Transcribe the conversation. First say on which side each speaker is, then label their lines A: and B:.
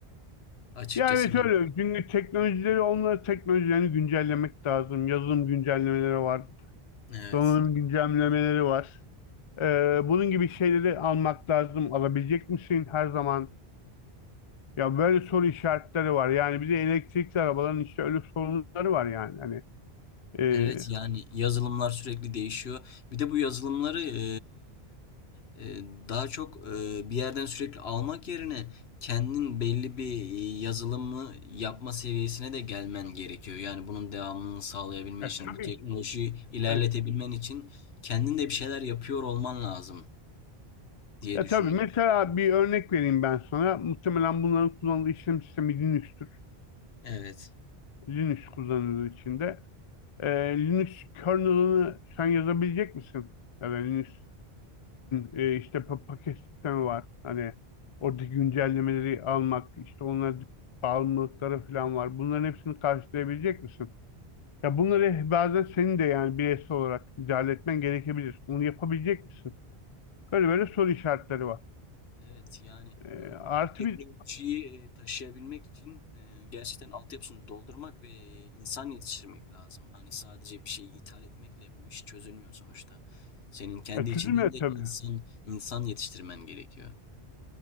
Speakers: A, on the left; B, on the left.
A: Açıkçası
B: ya evet
A: ben...
B: öyle. Çünkü teknolojileri onları teknolojilerini güncellemek lazım. Yazılım güncellemeleri var.
A: Evet.
B: Donanım güncellemeleri var. Ee, bunun gibi şeyleri almak lazım. Alabilecek misin her zaman? Ya böyle soru işaretleri var. Yani bir de elektrikli arabaların işte öyle sorunları var yani. Hani e,
A: Evet yani yazılımlar sürekli değişiyor. Bir de bu yazılımları e, e, daha çok e, bir yerden sürekli almak yerine kendin belli bir e, yazılımı yapma seviyesine de gelmen gerekiyor. Yani bunun devamını sağlayabilmen
B: e,
A: için,
B: tabii
A: bu teknolojiyi
B: ki.
A: ilerletebilmen
B: Evet.
A: için kendin de bir şeyler yapıyor olman lazım diye
B: Ya
A: düşünüyorum.
B: tabii mesela bir örnek vereyim ben sana. Muhtemelen bunların kullanıldığı işlem sistemi Linux'tür.
A: Evet.
B: Linux kullanıldığı içinde. Ee, Linux kernel'ını sen yazabilecek misin? Ya da Linux'ün e, işte pa- paket sistemi var. Hani oradaki güncellemeleri almak, işte onlara bağımlılıkları falan var. Bunların hepsini karşılayabilecek misin? Ya bunları bazen senin de yani bireysel olarak müdahale etmen gerekebilir. Onu yapabilecek misin? Böyle böyle soru işaretleri var.
A: Evet yani
B: Ee,
A: e,
B: artı
A: bu teknolojiyi
B: bir
A: e, taşıyabilmek için e, gerçekten altyapısını doldurmak ve insan yetiştirmek lazım. Hani sadece bir şeyi ithal etmekle bu iş çözülmüyor sonuçta. Senin kendi
B: ya çözülmüyor
A: içinden de
B: tabii.
A: insan insan yetiştirmen gerekiyor.